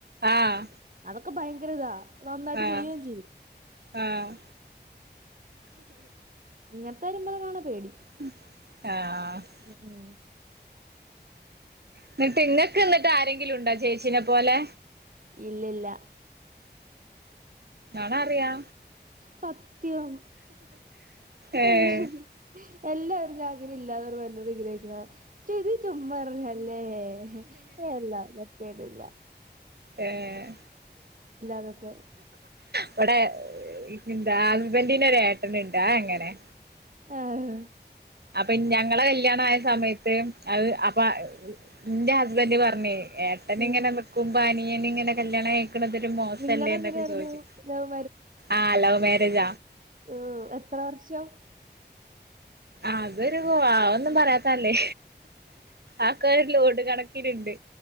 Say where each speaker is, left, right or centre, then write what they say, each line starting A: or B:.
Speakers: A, on the right; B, on the right.
A: ആഹ്
B: അതൊക്കെ ഭയങ്കര ഇതാ നന്നായിട്ട്
A: ആഹ്
B: ചെയ്യുകയും ചെയ്യും
A: ആഹ്
B: ഇങ്ങനത്തെരുമ്പതണ പേടി
A: ആഹ് ആഹ്
B: ഉം ഉം
A: എന്നിട്ട് ഇന്നക്ക എന്നിട്ട് ആരെങ്കിലും ഉണ്ടോ ചേച്ചിനെ പോലെ
B: ഇല്ലില്ല
A: നൊണറയാ
B: സത്യം
A: ഏഹ്
B: എല്ലാ എല്ലാവരും ആഗ്രഹ ഇല്ലാതെവരു വല്ല വിഗ്രഹിക്കുന്ന ചെത് ചുമ്മാർ ഞാല്ലേ ഏഹ് അള്ളാ സത്യായിട്ടും ഇല്ലാ
A: ഏഹ്
B: എന്നൊക്കെ
A: ഇവിടെ എന്താ അസ്ബന്റിീനര ഏട്ടനണ്ടാ അതങ്ങനെ
B: ആഹ്
A: അപ്പൊ ഞങ്ങളെ കല്യാണ ആയ സമയത്ത് അത് അപ്പ എന്റെ ഹസ്ബൻഡറ് പറഞ്ഞ ഏഹ് അെ
B: ഉം
A: ഇങ്ങെക്കും പാനീയാനിങ്ങനെ കല്യാണം രു മോശല്ലേ
B: നിങ്ങടെ എങ്ങനെയായിരുന്നു
A: എന്നൊക്കെ ചോദിച്ചു
B: ലവ്
A: ആഹ് ലവ് മാരേജ
B: ആഹ് എത്ര വർഷം
A: അതൊരു ആ ഒന്നും പറയാത്തല്ലേ ആക്ക ഒരു ലോഡ് കണക്ക ഇനണ്ട്